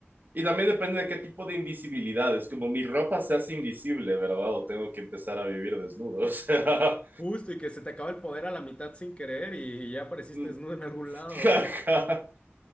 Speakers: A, on the right; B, on the left.
A: Y también depende de qué tipo de invisibilidad. Es como mi ropa se hace invisible, ¿verdad? O tengo que empezar a vivir desnudo. <laughs> O
B: justo y que se te acaba el poder a la mitad sin querer y ya apareciste
A: sea,
B: desnudo
A: <laughs>
B: en algún lado.
A: Jaja.